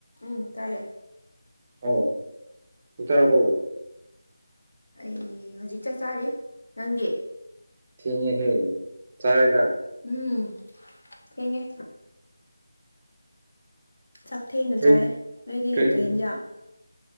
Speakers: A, on the left; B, on the right.
A: ꯎꯝ ꯇꯥꯏꯌꯦ꯫
B: ꯍꯥꯎ ꯆꯥꯛꯆꯥꯔꯕꯣ꯫
A: ꯑꯩ ꯍꯧꯖꯤꯛ ꯆꯥꯛ ꯆꯥꯔꯤ ꯅꯪꯗꯤ꯫
B: ꯊꯦꯡꯉꯦ ꯍꯦ ꯆꯥꯔꯦꯗ꯫
A: ꯎꯝ ꯊꯦꯡꯉꯦ꯫ ꯆꯥꯛ ꯊꯦꯡꯅ
B: ꯀꯩ
A: ꯆꯥꯏꯌꯦ ꯅꯣꯏꯗꯤ
B: ꯀꯔꯤ
A: ꯀꯩ ꯍꯦꯟꯖꯥꯡ꯫